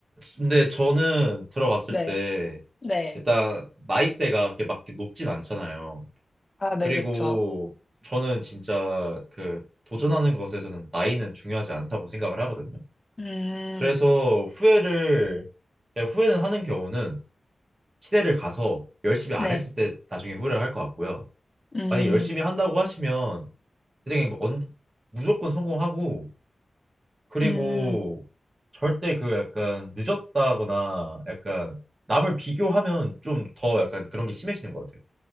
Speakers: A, on the right (about 30°); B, on the left (about 30°).
A: 근데 저는 들어봤을
B: 네,
A: 때
B: 네.
A: 일단 나이대가 이렇게 막렇게 높진 않잖아요.
B: 아, 네,
A: 그리고
B: 그쵸.
A: 저는 진짜 그 도전하는 것에서는 나이는 중요하지 않다고 생각을 하거든요.
B: 음,
A: 그래서 후회를 그냥 후회는 하는 경우는 시대를 가서 열심히
B: 네,
A: 안 했을 때 나중에 후회를 할 것 같고요.
B: 음,
A: 만약 열심히 한다고 하시면 선생님 뭐 언, 무조건 성공하고 그리고
B: 음.
A: 절대 그 약간 늦었다거나 약간 남을 비교하면 좀 더 약간 그런 게 심해지는 것 같아요.